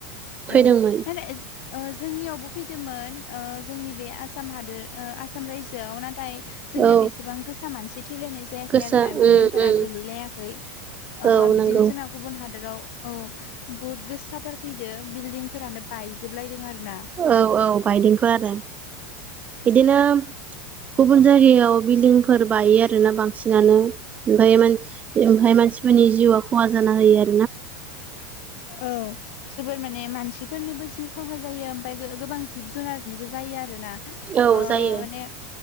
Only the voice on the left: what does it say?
औ <unintelligible> जोंनियावबो फैदोंमोन ओ जोंनि बे आसाम हादोर आसाम रायजोआव नाथाय जोंनियाव
एसेबां गोसा मानसि थैलायनाय जायाखै
आरोना बिल्डिंफोरा
गोलैलायाखै ओ
बिदिनो
जोंना गुबुन हाद हदोराव औ बुहुत गोसाथार फैदो बिल्डिं फोरानो बायजोबलायदों आरो। ना
औ जोबोर माने मानसिफोरनिबो जिउ खहा जायो ओमफाय गोबां जिब जुनारनिबो जायो आरो ना। ओ
माने